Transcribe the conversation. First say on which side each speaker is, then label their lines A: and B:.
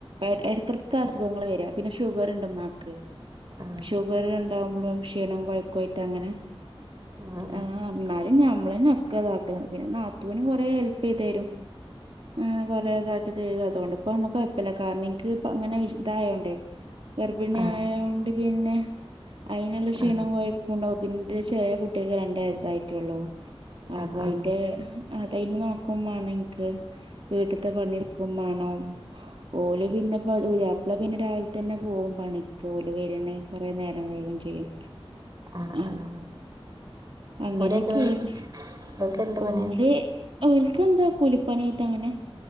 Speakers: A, on the right; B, on the right.
A: ഇടയ്ക്കിടക്ക് അസുഖങ്ങള് വര പിന്നെ ഷുഗർ ഉണ്ട് ഉമ്മാക്ക്
B: ആ
A: ഷുഗർ ഉണ്ടാവുമ്പളും ക്ഷീണംവും കൊയ്ക്കും ആയിട്ട് അങ്ങനെ-
B: ആഹ
A: ആ, എന്നാലും ഞമ്മളന്നേ ഒക്കെ ഇതാക്കണത്. പിന്നെ നാത്തൂനും കുറേ ഹെൽപ് ചെയ്തരും ആ കൊറെ ഇതാക്കി തരും അതുകൊണ്ട് ഇപ്പ നമ്മുക്ക് കൊ - കൊഴപ്പല്ല കാരണം എനിക്ക് ഇങ്ങനെ ഇതായൊണ്ടേ ഗർഭിണി
B: ആ ആ
A: ആയൊണ്ട് പിന്നെ അതിനുള്ള ക്ഷീണം
B: ആ ആ
A: കൊയക്കും ണ്ടാവും പിന്നെ ചെറിയ കുട്ടിക്ക് രണ്ട് വയസായി- പറ്റുള്ളൂ അപ്പൊ
B: ആ
A: അതിന്റെ അതയ്നെ നോക്കുമ്മാണം ഇനിക്ക്- വീട്ട്ത്തെ പണിട്ക്കുമ്മാണം ഓല് പിന്നെപ്പ പുത്യാപ്ല പിന്നെ രാവിലെ തന്നെ പോകുമ്പ- ഓല് വരണേ കൊറെ നേരം കൈയും ചെയ്യും
B: ആ ആ
A: അ
B: ആ
A: അങ്ങനെ-
B: ഓരെന്ത്
A: അങ്ങനെക്കേണ്.
B: പണി അവർക്ക് എന്ത് പണിയാ
A: ഓല് ഓല്ക്കെന്താ കൂലിപ്പണിയായിട്ട് അങ്ങനെ